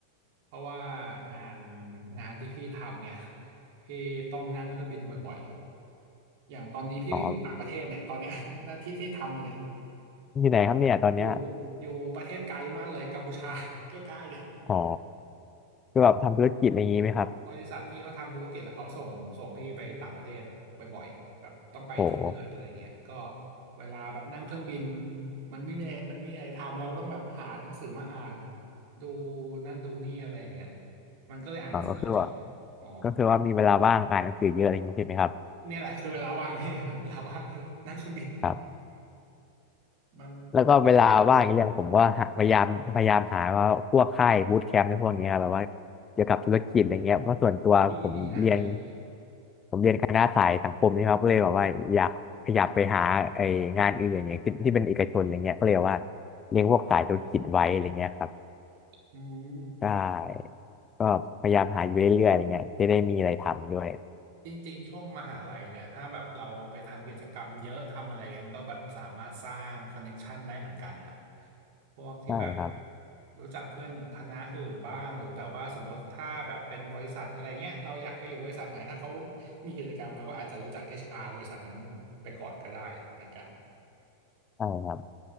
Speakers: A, on the right; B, on the left.
A: เพราะว่างานงานที่พี่ทำเนี่ยพี่ต้องนั่งเครื่องบินบ่อยๆอย่างตอนนี้พี่ก็อยู่ต่างประเทศเนี่ยตอนเนี้ย
B: อ๋อ
A: <laughs> หน้าที่ที่ทำอยู่เนี่ย
B: อยู่ไหนครับเนี่ยตอนเนี้ย
A: อยู่อยู่ประเทศไกลมากเลยกัมพูชา <laughs> ใกล้ๆเนี่ย
B: อ๋อคือแบบทำธุรกิจอะไรอย่างงี้ไหมครับ
A: บริษัทพี่เขาทำธุรกิจแล้วเขาส่งส่งพี่ไปต่างประเทศบ่อยๆแบบต้องไปทุกเดือนเลยอย่างเงี้ยก็
B: โอ้โห
A: เวลาแบบนั่งเครื่องบินมันไม่มีอะไรมันไม่มีอะไรทำเราก็ต้องแบบหาหนังสือมาอ่านดูนั่นดูนี่อะไรอย่างเงี้ยมันก็เลยอ่านหนังสือแล้วจบอ๋อ
B: อ๋อก็คือว่าก็คือว่ามีเวลาว่างอ่านหนังสือเยอะอะไรอย่างงี้ใช่ไหมครับ
A: เนี่ยแหละคือเวลาว่างพี่ <laughs> เวลาว่างคือนั่งเครื่องบิน
B: ครับ
A: มัน
B: แล้วก็เวลาว่างอีกเรื่องผมก็หาพยายามพยายามหาว่าพวกค่ายบูตแคมป์ในพวกนี้ครับแบบว่าเกี่ยวกับธุรกิจอะไรเงี้ยเพราะส่วนตัวผมเรียน
A: ดีดีนะดีดี
B: เป็นคณะสายสังคมนี่ครับก็เลยแบบว่าอยากขยับไปหาไองานอื่นอย่างเงี้ยที่ที่เป็นเอกชนอะไรเงี้ยก็เลยแบบว่าเรียนพวกสายธุรกิจไว้อะไรเงี้ยครับ
A: อืม
B: ใช่ก็พยายามหาอยู่เรื่อยๆอะไรเงี้ยจะได้มีอะไรทำด้วย
A: จริงๆ ช่วงมหาลัยเนี่ยถ้าแบบเราไปทำกิจกรรมเยอะทำอะไรเงี้ยมันก็แบบสามารถสร้างคอนเน็กชันได้เหมือนกันนะพวกที่แบบ
B: ใช่ครับ
A: รู้จักเพื่อนคณะอื่นบ้างหรือแบบว่าสมมติถ้าแบบเป็นบริษัทอะไรเงี้ยเราอยากไปอยู่บริษัทไหนถ้าเขามีกิจกรรมเราก็อาจจะรู้จักเอชอาร์บริษัทนั้นไปก่อนก็ได้เหมือนกัน
B: ใช่ครับ